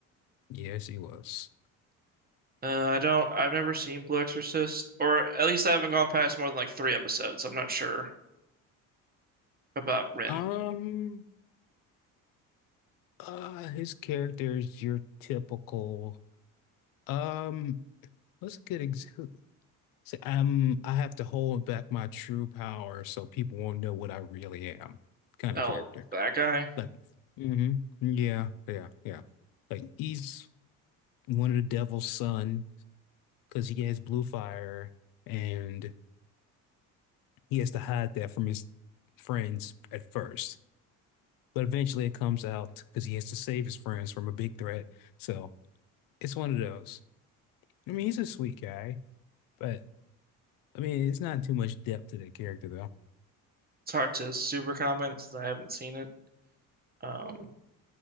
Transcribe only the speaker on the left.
Yes, he was.
Um, uh, his character is your typical. Um, what's a good ex say, um, I have to hold back my true power so people won't know what I really am, kind
of character.
Like, hmm yeah, yeah, yeah. Like he's one of the devil's son because he has blue fire, and he has to hide that from his friends at first. but eventually it comes out because he has to save his friends from a big threat. So it's one of those. I mean, he's a sweet guy, but I mean, it's not too much depth to that character